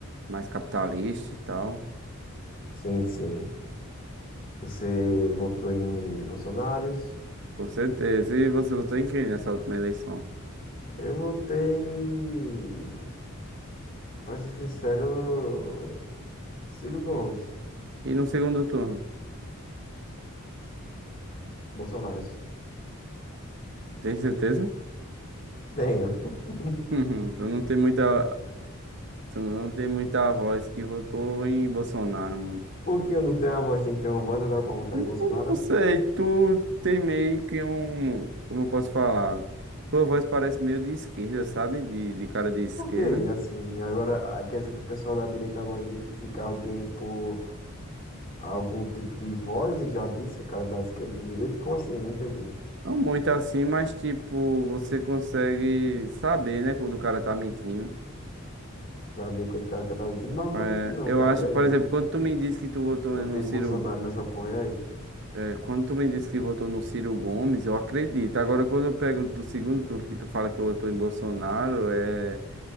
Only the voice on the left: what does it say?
Sim, sim. Você votou em Bolsonaros.
Eu votei, pra ser sincero, Ciro Gomes.
Bolsonaros.
Tenho. <laughs>
Por que eu não tenho a voz? Tem que ter uma voz agora pra votar
em Bolsonaro?
Por quê? Assim, agora ah, quer dizer que o pessoal da direita agora identifica alguém por algum tipo de voz e já disse o cara da esquerda e direita? Como assim? Não entendi.
Saber quanto cara que eu tava mentindo, mas eu não
tô mentindo não,
cara.
E aí,
Votei
Bolsonaro nessa porra aí.